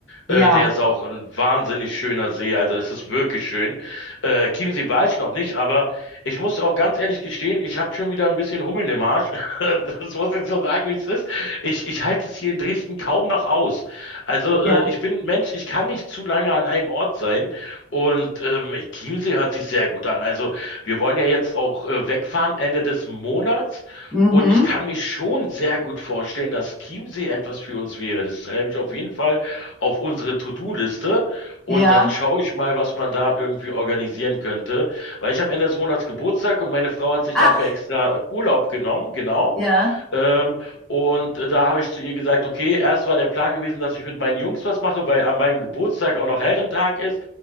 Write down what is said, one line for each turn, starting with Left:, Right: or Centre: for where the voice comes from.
Centre: Ja,
Left: Äh, der ist auch ein wahnsinnig schöner See. Also das ist wirklich schön. Äh, Chiemsee war ich noch nicht, aber ich muss auch ganz ehrlich gestehen, ich habe schon wieder ein bisschen Hummeln im Arsch. <laughs> Das muss ich so sagen, wie es ist. Ich, ich halte es hier in Dresden kaum noch aus. Also äh,
Centre: ja,
Left: ich bin ein Mensch, ich kann nicht zu lange an einem Ort sein. Und ähm, Chiemsee hört sich sehr gut an. Also wir wollen ja jetzt auch äh, wegfahren Ende des Monats.
Centre: mhm,
Left: Und ich kann mir schon sehr gut vorstellen, dass Chiemsee etwas für uns wäre. Das treibe ich auf jeden Fall auf unsere To-Do-Liste und
Centre: ja.
Left: dann schaue ich mal, was man da irgendwie organisieren könnte. Weil ich habe Ende des Monats Geburtstag und meine Frau hat sich
Centre: Ach,
Left: dafür extra Urlaub genommen, genau.
Centre: ja,
Left: Ähm, und äh, da habe ich zu ihr gesagt, okay, erst war der Plan gewesen, dass ich mit meinen Jungs was mache, weil an meinem Geburtstag auch noch Herrentag ist.